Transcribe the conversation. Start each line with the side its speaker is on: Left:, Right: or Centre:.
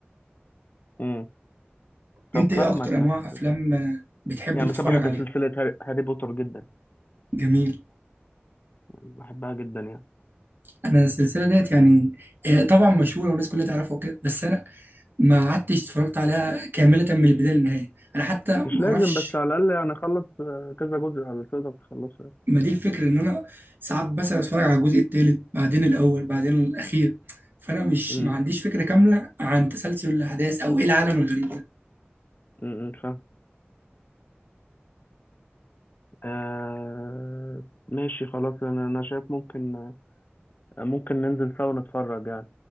Left: امم طب
Right: انت ايه
Left: فاهمك
Right: اكتر انواع
Left: بس
Right: افلام آه، بتحب
Left: يعني
Right: تتفرج
Left: بس بحب
Right: عليها
Left: سلسلة هاري هاري بوتر جدا
Right: جميل
Left: يعني بحبها جدا يعني
Right: انا السلسله ديت يعني آه، طبعا مشهوره والناس كلها تعرفها وكده بس انا ما قعدتش اتفرجت عليها كامله من البدايه للنهايه انا حتى ما
Left: مش لازم
Right: اعرفش
Left: بس على الأقل يعني أخلص آه، كذا جزء على تقدر تخلصه يعني
Right: ما دي الفكره ان انا ساعات مثلا اتفرج على الجزء الثالث بعدين الاول بعدين الاخير فانا مش
Left: امم
Right: ما عنديش فكره كامله عن تسلسل الاحداث او ايه العالم الغريب ده
Left: امم أمم، فاهم آه ماشي خلاص أنا أنا شايف ممكن ممكن ننزل سوا نتفرج يعني